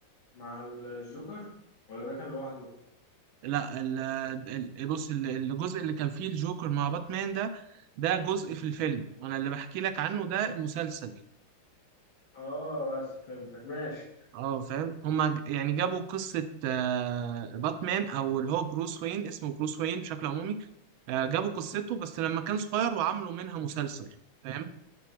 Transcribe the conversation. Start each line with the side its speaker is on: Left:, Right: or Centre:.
Left: مع الجوكر ولا ده كان لوحده؟
Right: لا ال- ال- بص ال- الجزء اللي كان فيه الجوكر مع باتمان ده ده جزء في الفيلم انا اللي بحكي لك عنه ده المسلسل
Left: اه بس فهمتك ماشي
Right: اه فاهم هما ج- يعني جابوا قصة آه، باتمان او اللي هو بروس وين اسمه بروس وين بشكل عمومي آه، جابوا قصته بس لما كان صغير وعملوا منها مسلسل فاهم